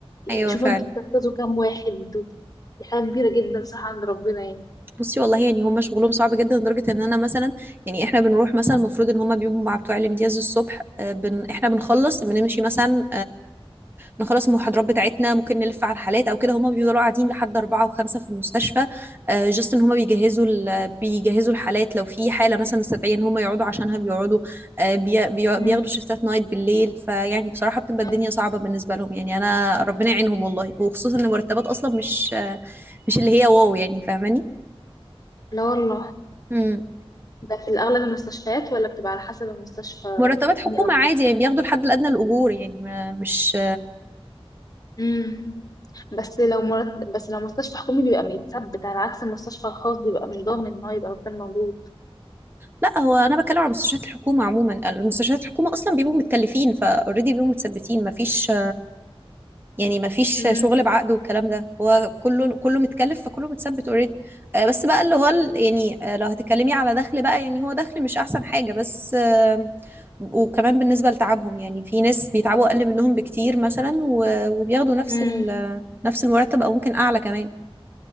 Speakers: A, on the right; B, on the left.
A: ايوه
B: شوفوا
A: فعلا
B: انتوا بتنقذوا كام واحد دي حاجة كبيرة جدا صح عند ربنا يعني
A: بصي والله يعني هم شغلهم صعب جدا لدرجه ان انا مثلا يعني احنا بنروح مثلا المفروض ان هم بيبقوا مع بتوع الامتياز الصبح آه، بن احنا بنخلص بنمشي مثلا نخلص المحاضرات بتاعتنا ممكن نلف على الحالات او كده هما بيفضلوا قاعدين لحد أربعة وخمسة في المستشفى آه، جست ان هما بيجهزوا ال- بيجهزوا الحالات لو في حالة مثلا مستدعية ان هما يقعدوا عشانها بيقعدوا آه، بي- بي-
B: امم
A: بياخدوا شيفتات نايت بالليل فيعني بصراحة بتبقى الدنيا
B: أيوة.
A: صعبة بالنسبة لهم يعني انا ربنا يعينهم والله وخصوصا ان المرتبات اصلا مش آه، مش اللي هي واو يعني فاهماني
B: لا والله
A: مم.
B: ده في الأغلب المستشفيات ولا بتبقى على حسب المستشفى
A: مرتبات
B: حكومي
A: حكومة
B: أو
A: عادي
B: خاص
A: يعني بياخدوا الحد الأدنى للأجور يعني ما- مش
B: امم بس لو مرت... بس لو مستشفى حكومي بيبقى متثبت على عكس المستشفى الخاص بيبقى مش ضامن إن هو يبقى مكان موجود
A: لا هو انا بتكلم على مستشفيات الحكومه عموما المستشفيات الحكومه اصلا بيبقوا متكلفين فاوريدي بيبقوا متثبتين مفيش يعني مفيش
B: امم
A: شغل بعقد والكلام ده هو كله كله متكلف فكله متثبت اوريدي بس بقى اللي هو ال- يعني آه، لو هتتكلمي على دخل بقى يعني هو دخل مش احسن حاجه بس آه، وكمان بالنسبه لتعبهم يعني في ناس بيتعبوا اقل منهم بكتير مثلا و- وبياخدوا نفس
B: امم
A: ال- نفس المرتب او ممكن اعلى كمان